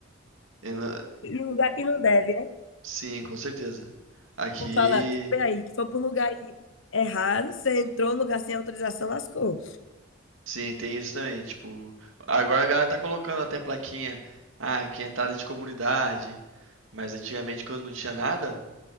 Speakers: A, on the right; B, on the left.
A: eu não-
B: em lugar que não deve, né?
A: sim, com certeza. Aqui.
B: Como fala, peraí, que foi para um lugar errado, você entrou no lugar sem autorização, lascou.
A: Sim, tem isso também. Tipo, agora a galera tá colocando até plaquinha, ah, quinhentada de comunidade. Mas antigamente, quando não tinha nada,